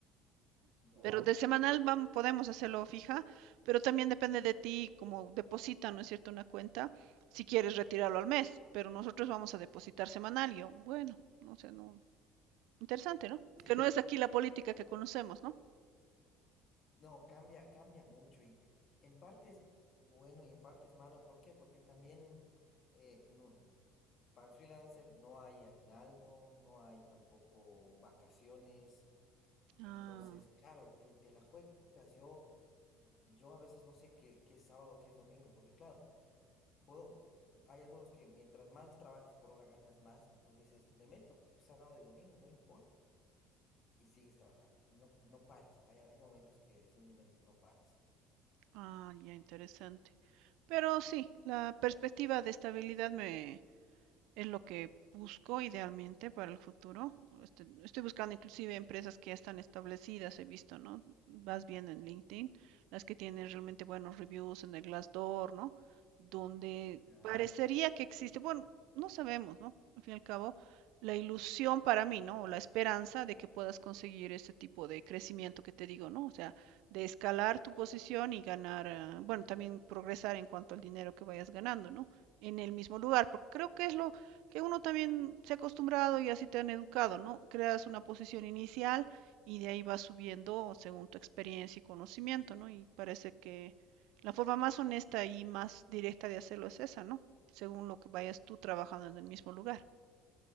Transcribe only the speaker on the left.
ya.
Sí,
no, cambia, cambia mucho y en parte es bueno y en parte es malo. ¿Por qué? Porque también eh, no- para el freelancer no hay aguinaldo, no hay tampoco vacaciones.
Entonces, claro, te, te la juegas. Yo, yo a veces no sé qué, qué es sábado, qué es domingo, porque claro, puedo, hay algunos que mientras más trabajes por hora ganas más, entonces dices, le meto sábado y domingo, no importa, y sigues trabajando, y no, no paras. Hay, hay momentos que simplemente no paras.
Ya.